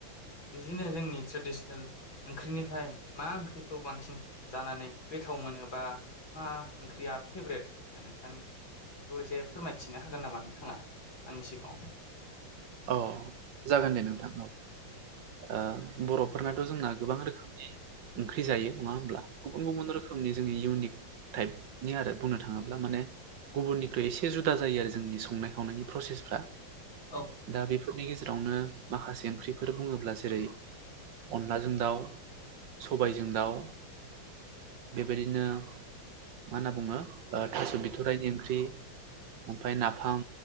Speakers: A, on the left (about 75°); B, on the right (about 70°).
A: बिदिनो जोंनि ट्रेडिसनेल ओंख्रिनिफ्राय मा ओंख्रिखौ बांसिन जानानै गोथाव मोनो बा मा ओंख्रिया दा फेभरेट नोंथांनिखौ एसे फोरमायथिनो हागोन नामा नोंथाङा आंनि सिगाङाव?
B: अ जागोन दे नोंथां औ ओ बर'फोरनाथ' जोंना गोबां रोखोमनि ओंख्रि जायो नङा होमब्ला गुबुन गुबुन रोखोमनि जोंङनि इउनिक टाइपनि आरो बुंनो थाङोब्ला माने गुबुननिख्रुइ एसे जुदा जायो आरो जोंनि संनाय खावनायनि प्रसेसफ्रा
A: औ
B: दा बेफोरनि गेजेरावनो माखासे ओंख्रिफोर बुङोब्ला जेरै अनलाजों दाउ सबायजों दाउ बेबायदिनो मा होनना बुङो ओ थास' बिथराइनि ओंख्रि ओमफ्राय नाफाम